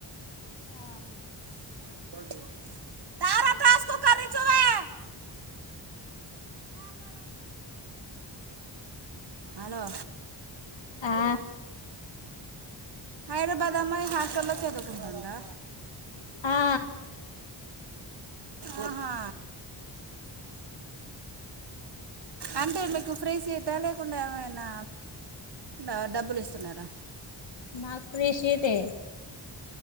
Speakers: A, on the left; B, on the right.
A: ఆ
B: <unintelligible> హలో
A: ఆ
B: హైదరాబాద్ అమ్మాయి హాస్టల్ లో చదువుకుంటుందా
A: ఆ
B: ఆహా అంటే మీకు ఫ్రీ సీటా లేకుండా ఏమైనా ఆ డబ్బులు ఇస్ న్నార
A: మాకు ఫ్రీ సీటే